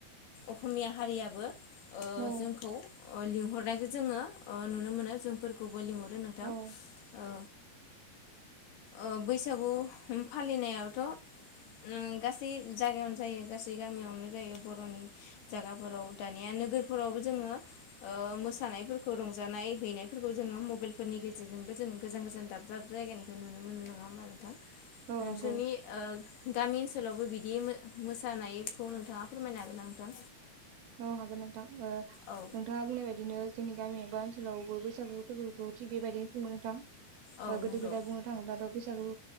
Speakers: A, on the left; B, on the right.
A: अखमिया हारियाबो ओ
B: औ
A: जोंखौ ओ लिंहरनायखौ जोङो ओ नुनो मोनो जोंफोरखौबो लिंहरो नोंथां
B: औ
A: ओ। ओ बैसागु फालिनायावथ' ओं गासै जायगायावनो जायो गासै गामियावनो जायो। बर'नि जागाफोराव दानिया नोगोरफोरावबो जोङो ओ मोसानायफोरखौ रं जानाय हैनायफोरखौ जोङो मबाइलफोरनि गेजेरजोंबो जों गोजान गोजान दाब दाब जायगानिखौ नुनो मोनो नङा होमबा नोंथां? नोंसोरनि
B: नंगौ औ
A: ओ गामि ओनसोलावबो बिदि मो मोसानायखौ नोंथाङा फोरमायनो हागोन ना नोंथां?
B: औ हागोन नोंथां ओ
A: औ
B: नोंथाङा बुंनाय बायदिनो जोंनि गामि एबा ओन ओनसोलावबो बैसागु फोरबोखौ थिग बेबायदिनो खुङो नोंथां।
A: औ
B: ओ गोदो
A: नंगौ
B: गोदाय बुंनो थाङोब्लाथ' बैसागु